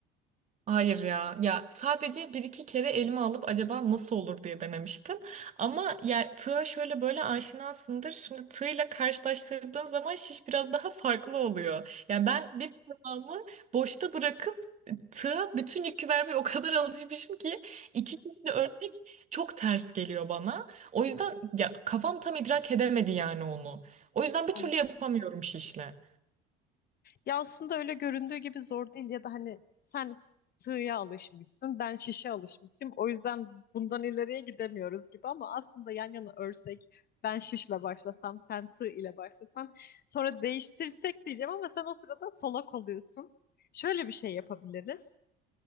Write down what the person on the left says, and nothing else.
<laughs>
Ya aslında öyle göründüğü gibi zor değil ya da hani sen sığıya alışmışsın, ben şişe alışmışım. O yüzden bundan ileriye gidemiyoruz gibi ama aslında yan yana örsek ben şişle başlasam, sen tığ ile başlasan sonra değiştirsek diyeceğim ama sen o sırada solak oluyorsun. Şöyle bir şey yapabiliriz.